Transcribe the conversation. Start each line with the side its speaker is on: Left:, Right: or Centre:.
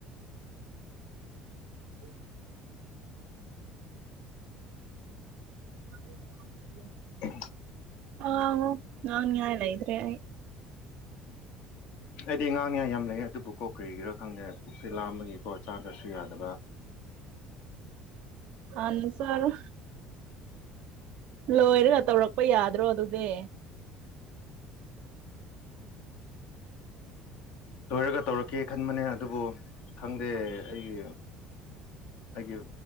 Right: ꯑꯣ <inaudible>
Left: ꯎ
Right: ꯑ ꯅꯥꯡ ꯅꯂꯏ꯭ꯔꯦ
Left: ꯑꯩꯗꯤ ꯉꯥꯡꯅꯤꯉ ꯌꯥꯝ ꯂꯩ ꯑꯗꯨꯕꯨ ꯀꯣ ꯀꯔꯤꯒꯤꯔꯥ ꯈꯪꯗꯦ ꯄꯨꯛꯁꯦ ꯂꯥꯝꯕꯒꯤꯀꯣ ꯆꯥꯗ꯭ꯔꯁꯨ ꯌꯥꯗꯕ
Right: ꯍꯅꯔ ꯂꯣꯏꯔꯒ ꯇꯧꯔꯛꯄ ꯌꯥꯗ꯭ꯔꯣ ꯑꯗꯨꯗꯤ
Left: ꯂꯣꯏꯔꯒ ꯇꯧꯔꯛꯀꯦ ꯈꯟꯕꯅꯦ ꯑꯗꯨꯕꯨ ꯈꯪꯗꯦ ꯑꯩꯒꯤ ꯑꯩꯒꯤ